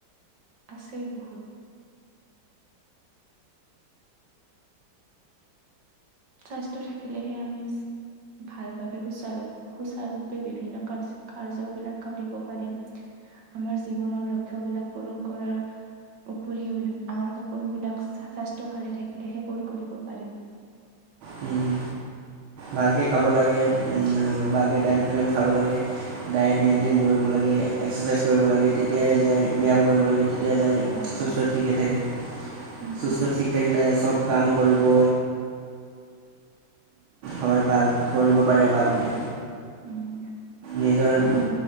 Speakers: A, on the right; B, on the right.
A: আছে বহুত। স্বাস্থ্য থাকিলেহে আমি ভালভাৱে সুচাৰু। সুচাৰুৰূপে বিভিন্ন কাৰ্য কাৰ্য্যবিলাক কৰিব পাৰিম। আমাৰ জীৱনৰ লক্ষ্য বিলাক পূৰণ কৰা। উপৰি আমাৰ সপোনবিলাক স্বাস্থ্য ভালে থাকিলেহে পূৰ কৰিব পাৰিম।
B: উম। ভালকে খাব লাগে, ভালকে টাইম টু টাইম খাব লাগে। ডায়েট মেইনটেইন কৰিব লাগে, এক্সাৰচাইজ কৰিব লাগে, তেতিয়াই যায় ব্যায়াম কৰিব লাগে। তেতিয়াই যায়
A: হয়।
B: সুস্থ ঠিকে থাকে।
A: উম,
B: সুস্থ ঠিক থাকিলে চব কাম কৰিব হয় ভাল কৰিব পাৰে ভালকে।
A: উম,
B: নিজৰ
A: আমাৰ